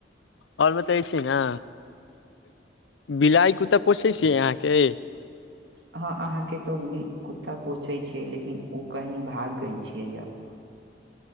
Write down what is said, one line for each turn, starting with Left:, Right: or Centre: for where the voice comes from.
Left: आओर बतै छी ने बिलाइ कु्ता पोसै छियै अहाँके
Right: हँ अहाँके तऽ कुत्ता पोछै छियै लेकिन ओ कहीं भाग गय छियै अब